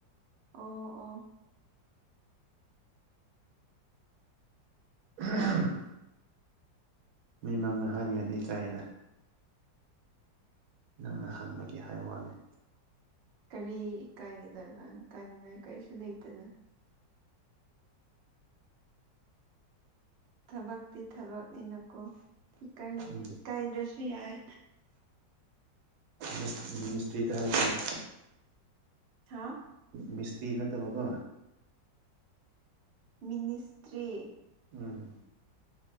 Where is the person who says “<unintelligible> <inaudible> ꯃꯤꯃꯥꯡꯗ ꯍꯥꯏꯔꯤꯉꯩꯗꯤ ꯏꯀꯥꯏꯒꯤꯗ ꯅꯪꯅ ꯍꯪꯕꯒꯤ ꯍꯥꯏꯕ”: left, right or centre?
Right